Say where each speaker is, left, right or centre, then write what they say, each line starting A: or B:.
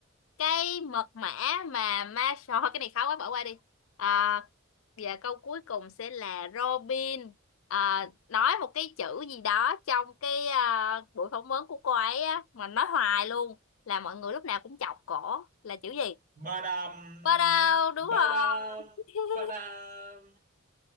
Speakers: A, on the left (about 80°); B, on the right (about 40°).
A: cái mật mã mà ma sò <laughs> cái này khó quá bỏ qua đi à, và câu cuối cùng sẽ là Robin à, nói một cái chữ gì đó trong cái à, buổi phỏng vấn của cô ấy á, mà nói hoài luôn là mọi người lúc nào cũng chọc cổ là chữ gì
B: Badam
A: Ba đâu đúng
B: badam
A: rồi <laughs>
B: badam